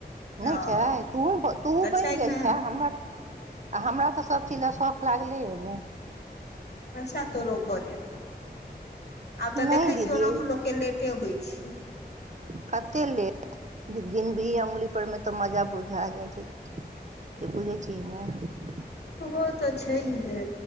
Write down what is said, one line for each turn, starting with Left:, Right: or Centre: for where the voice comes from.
Right: ने
Left: हँ
Right: छैय तो
Left: तऽ
Right: बनि
Left: छै
Right: गेल
Left: ने
Right: छ हमर आ हमरा तऽ सभचीज लए शौख लागलैए ने
Left: अच्छा तोरो भ जेतौ आब तऽ
Right: नहि
Left: देखे
Right: दीदी
Left: छियौ ओनाहु लो के लेटे होइ <inaudible>
Right: कतेक लेट गिन भी अंगुलीपरमे तऽ मजा बुझा जाइ छैय। से बुझै छिये ने।
Left: ओ तऽ छैय हे।